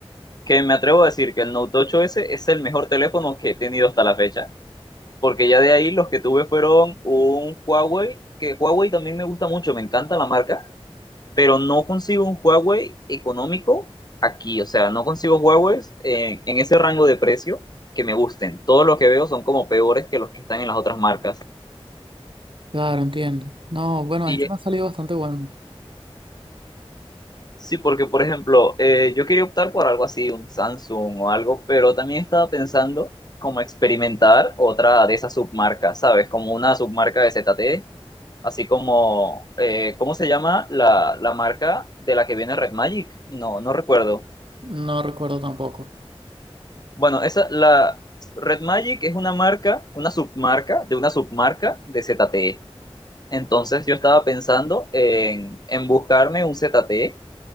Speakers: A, on the left; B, on the right.
A: que me atrevo a decir que el Note ocho s es el mejor teléfono que he tenido hasta la fecha. porque ya de ahí los que tuve fueron un Huawei, que Huawei también me gusta mucho, me encanta la marca, pero no consigo un Huawei económico aquí, o sea, no consigo Huawei en, en ese rango de precio que me gusten. Todos los que veo son como peores que los que están en las otras marcas.
B: Claro, entiendo. No, bueno,
A: Y
B: este me ha salido bastante bueno.
A: Sí, porque por ejemplo, eh, yo quería optar por algo así, un Samsung o algo, pero también estaba pensando como experimentar otra de esas submarcas, ¿sabes? Como una submarca de ZTE Así como, eh, ¿cómo se llama la, la marca de la que viene Red Magic? No, no recuerdo.
B: No recuerdo tampoco.
A: Bueno, esa, la Red Magic es una marca, una submarca de una submarca de ZTE. Entonces yo estaba pensando en, en buscarme un ZTE